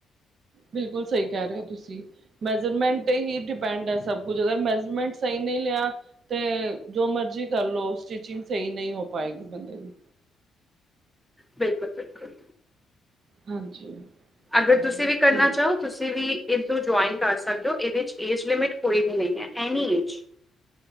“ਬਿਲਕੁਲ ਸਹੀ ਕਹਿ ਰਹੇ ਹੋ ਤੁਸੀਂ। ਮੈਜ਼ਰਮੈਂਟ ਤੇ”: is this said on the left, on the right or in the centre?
Right